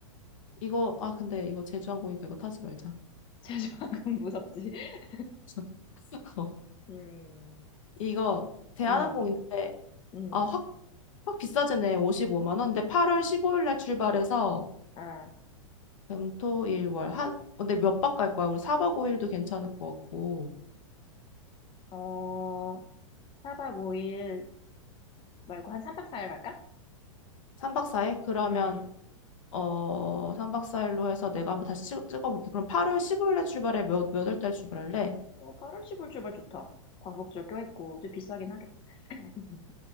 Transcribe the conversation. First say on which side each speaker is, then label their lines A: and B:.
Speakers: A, on the left (about 70°); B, on the left (about 30°).
A: 이거, 아, 근데 이거 제주항공이니까 이거 타지 말자.
B: 제주항공 무섭지. <laughs>
A: <laughs> 어,
B: 음,
A: 이거 대한항공
B: 음,
A: 인데
B: 음.
A: 아 확 확 비싸지네 55만 원 근데 8월 15일 날 출발해서
B: 아,
A: 금, 토, 일, 월. 한, 어, 근데 몇 박 갈 거야? 우리 4박 5일도 괜찮을 것 같고.
B: 어, 4박 5일 말고 한 3박 4일 갈까?
A: 3박 4일? 그러면,
B: 음.
A: 어, 3박 4일로 해서 내가 한번 다시 찍, 찍어볼게. 그럼 8월 15일에 출발해. 몇, 몇월 달 출발할래?
B: 어, 8월 10일 출발 좋다. 광복절 껴있고, 좀 비싸긴 하겠다. <laughs>